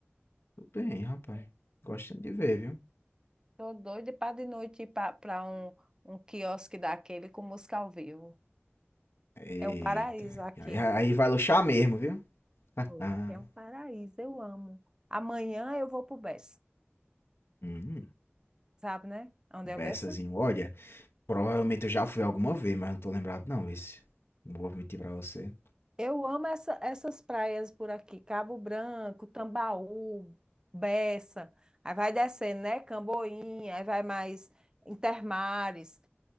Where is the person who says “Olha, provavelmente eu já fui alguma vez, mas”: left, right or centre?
Left